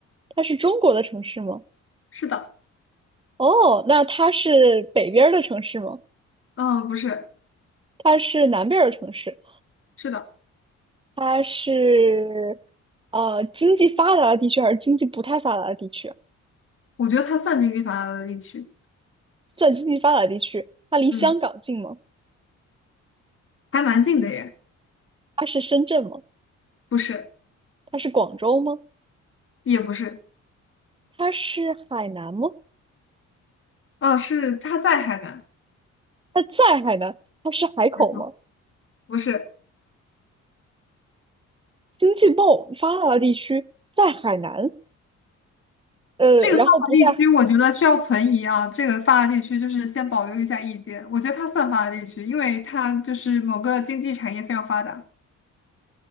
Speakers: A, on the right (about 15°); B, on the left (about 45°).
A: 它是中国的城市吗？
B: 是的，
A: 哦，那它是北边儿的城市吗？
B: 嗯、不是，
A: 它是南边儿的城市？
B: 是的，
A: 它是呃经济发达的地区还是经济不太发达的地区？
B: 我觉得它算经济发达的地区，
A: 算经济发达地区，它离香港近吗？
B: 嗯，还蛮近的耶，
A: 它是深圳吗？
B: 不是，
A: 它是广州吗？
B: 也不是，
A: 它是海南吗？
B: 哦、是他在海南，
A: 它在海南，它是海口吗？
B: 没错，不是。
A: 经济贸发达的地区在海南，呃，
B: 这个发达地区，
A: 然后不在
B: 我觉得需要存疑啊。这个发达地区就是先保留一下意见，我觉得它算发达地区，因为它就是某个经济产业非常发达。